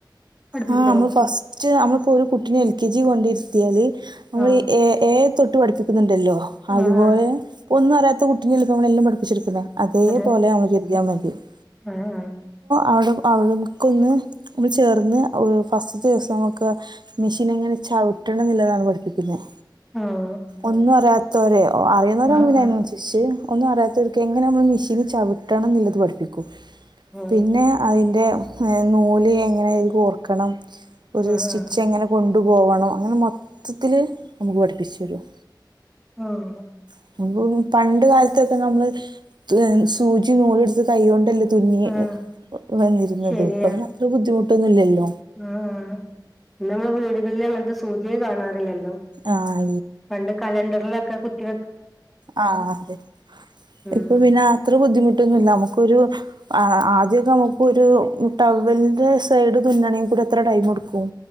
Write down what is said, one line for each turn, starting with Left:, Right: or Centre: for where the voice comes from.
Centre: പഠിപ്പിക്കോ?
Right: ആഹ് നമ്മൾ ഫസ്റ്റ് നമ്മളപ്പൊരു കുട്ടിനെഎൽ കെ ജി കൊണ്ടോര്ത്തിയാല് നമ്മള്
Centre: ആഹ്
Right: ഏ ഏ തൊട്ട് പഠിപ്പിക്കുന്നുണ്ട് ണ്ടല്ലോ അതുപോലെ
Centre: ആഹ് ആഹ്
Right: ഒന്നും അറ്യാത്ത കുട്ടി നെല്ല മ്മളെല്ലംപഠപ്പിച്ചിരിക്കുന്നത് അതേപോലെ
Centre: അതെ
Right: അ <unintelligible> വക്കർദ്യാ മതി <inaudible>
Centre: ആഹ് അഹ്
Right: അവടെ അവിട്ക്കൊന്ന് മൾ ചേർന്ന് ഫസ്റ്റവിസം നമുക്ക് മിഷീനെങ്ങനെ ചവിട്ടണന്നില്ലതാണ് പഠിപ്പിക്കുന്നത്
Centre: ആഹ് ആഹ്
Right: ഒന്നു അറ്യാത് തോരയോ ഓ അറിയുന്നരാവുമ്പയ്നൻസരിച്ച്
Centre: ആഹ്
Right: ഒന്നും അറ്യാത്തോർക്ക് എങ്ങനെ നമ്മളെ മിശ് ന് ചവിട്ടണം ന്ന്ള്ളത് പഠിപ്പിക്കും
Centre: ആഹ്
Right: പിന്നെ അയ്ന് നൂല് എങ്ങനെ ഐൽ കോർക്കണം ഒരു
Centre: ആഹ്
Right: സ്റ്റിച്ച് എങ്ങനെ കൊണ്ട് കൊണ്ടു പോവണം അങ്ങനെ മൊത്തത്തില് നമുക്ക് പഠിപ്പിച്ചു തരും
Centre: ആഹ്
Right: <unintelligible> പണ്ട് കാലത്തൊക്കെ നമ്മള് സൂചി നൂലുട് ത്ത് കൈകൊണ്ടല്ല തുന്നിയത്
Centre: ആഹ്
Right: <unintelligible> വന്നിരുന്നത്
Centre: ശരിയാ
Right: ഇപ്പോ പിന്നത്ര ബുദ്ധിമുട്ട് ന്ന് ല്ലല്ലോ
Centre: ആഹ് നമ്മെ വീടുകളിൽ അങ്ങനത്തെ സൂചയെ കാണാറില്ലല്ലോ
Right: ആഹ്
Centre: പണ്ട് കലണ്ടർലൊക്കെ കുട്ടി
Right: ആ അതെ
Centre: ഉം
Right: ഇപ്പൊ പിന്നെ അത്രെ ബുദ്ധിമുട്ടൊന്നുല്ല നമുക്കൊരു ആഹ് ആദ്യനമുക്കൊരു ടവ്വൽന്റെ സൈഡ് തുന്നണങ്കിൽ എത്ര ടൈം എട്ക്കും